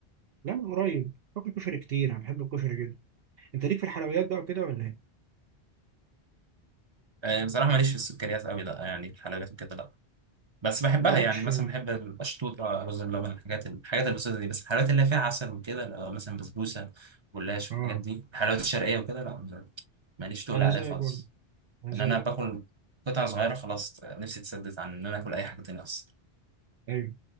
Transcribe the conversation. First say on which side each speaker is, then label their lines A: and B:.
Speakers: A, on the right; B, on the right.
A: لا من قريب باكل كشري كتير انا بحب الكشري جدا انت ليك في الحلويات بقى وكده ولا ايه
B: آه بصراحه ماليش في السكريات قوي لا يعني الحلويات وكده لا بس بحبها
A: جربتش
B: يعني مثلا بحب القشطوطه رز بلبن الحاجات الحاجات البسيطه دي بس الحلويات اللي فيها عسل وكده لا، مثلا بسبوسه جلاش
A: اه
B: والحاجات دي الحلويات الشرقيه وكده لا ماليش تقول
A: انا
B: عليها
A: زيك
B: خالص
A: برضه انا زيك
B: ان انا باكل قطعه صغيره خلاص نفسي تسدت عن ان انا اكل اي حاجه تانية اصلا
A: ايوه